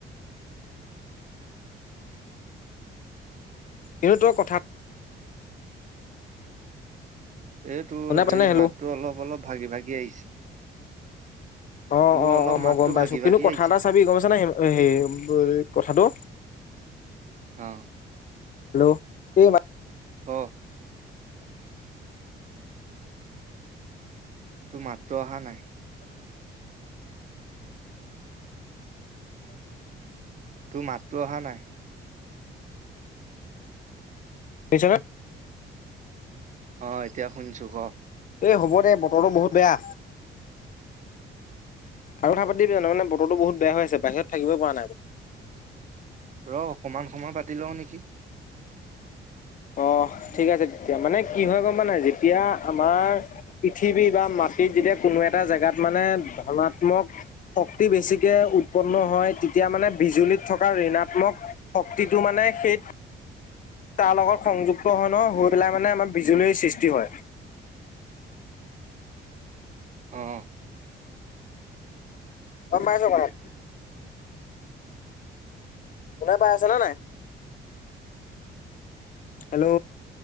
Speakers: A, on the left (about 40°); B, on the right (about 40°).
A: কিন্তু তই কথা
B: এইটো
A: শুনা পাইছনে
B: হেৰি,
A: হেল্ল'
B: মাতটো অলপ অলপ ভাগি ভাগি আহিছে।
A: অ',
B: তোৰ
A: অ',
B: অলপ
A: অ', মই
B: মাতটো
A: গম পাইছো
B: ভাগি
A: কিন্তু
B: ভাগি
A: কথা
B: আহিছে
A: এটা চাবি গম পাইছ না হে কথাটো
B: অহ'।
A: হেল্ল' এই
B: অ'। তোৰ মাতটো অহা নাই। তোৰ মাতটো অহা নাই।
A: শুনিছনে?
B: অ এতিয়া শুনিছো ক।
A: এই হ'ব দে বতৰটো বহুত বেয়া। আৰু কথা পাতিবি জানো মানে বতৰটো বহুত বেয়া হৈ আছে বাহিৰত থাকিব পৰা নাই।
B: ৰ অকমান সময় পাতি লওঁ নেকি।
A: অ ঠিক আছে তেতিয়া মানে কি হয় গম পাওঁ নাই যেতিয়া আমাৰ পৃথিৱী বা মাটি। হেই যেতিয়া কোনো এটা জেগাত মানে ধনাত্মক শক্তি বেছিকে উৎপন্ন হয়। তেতিয়া মানে বিজুলীত থকা ঋণাত্মক শক্তিটো মানে সেই তাৰ লগত সংযুক্ত হয় নহয় হৈ পেলাই মানে আমাৰ বিজুলীৰ সৃষ্টি হয়।
B: <inaudible> অ'।
A: গম পাইছ কথাটো। শুনা পাই আছে নে নাই। হেল্ল'।